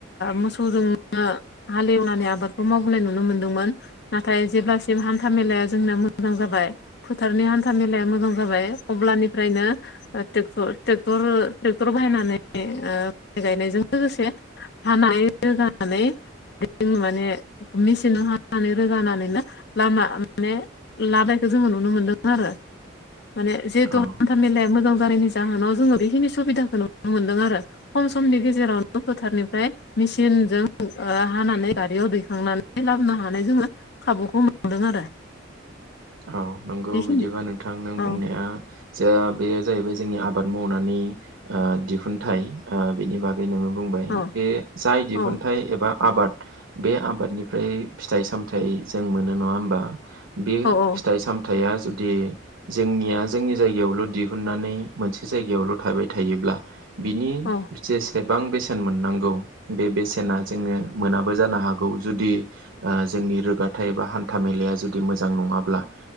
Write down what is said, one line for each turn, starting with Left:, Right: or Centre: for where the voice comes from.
Left: मोसौजों हालेवनानै आबादखौ मावबोनाय नुनो मोनदोंमोन नाथाय जेब्लासिम हान्था मेलाया जोंना मोजां जाबाय फोथारनि हान्था मेलाया मोजां जाबाय अब्लानिफ्रायनो रर ट्रेक्टर बायनानै माइ गायनायजों लोगोसे हानाय रोगानानै माने मेसिनाव हानानै रोगानानैनो लामा माने लाानायखौ जोङो नुनो मोनदों आरो माने जिहेथु
Right: औ
Left: हान्था मेलाया मोजां जानायनि जाहोनाव जोङो बेखिनि सुबिदाखौ नुनो मोन्दों आरो खम समनि गेजेरावनो फोथारनिफ्राय मेसिनजों हानानै गारियाव दै थांनानै लाबोनो हानाय जोङो खाबुखौ मोनदों आरो
Right: औ नोंगौ
Left: बेखिनि
Right: बिदिबा नोंथां नों
Left: औ
Right: बुंनाया ज बेयो जाहैबाय जोंनि आबाद मावनानै दिहुनथाइ बिनि बागै नोङो बुंबाय
Left: औ
Right: बे जाय दिहुनथाइ
Left: औ
Right: एबा आबाद बे आबादनिफ्राय फिथाइ सामथाइ जों मोनो नङा होमबा बे
Left: औ औ
Right: फिथाइ सामथाइया जुदि जोंनिया जोंनि जायगायावल' दिहुननानै मोनसे जायगायावल' थाबाय थायोब्ला बिनि
Left: औ
Right: जेस बेसेबां बेसेन मोननांगौ बे बेसेना जोङो मोनाबो जानो हागौ जुदि जोंनि रोगाथायाइ ए बा हान्था मेलाया जुदि मोजां नङाब्ला